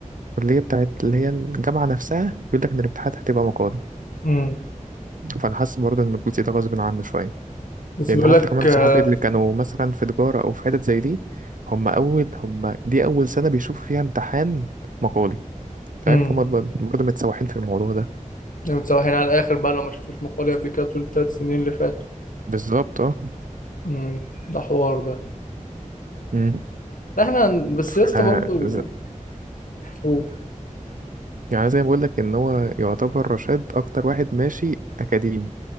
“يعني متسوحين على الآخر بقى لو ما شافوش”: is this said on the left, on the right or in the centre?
Left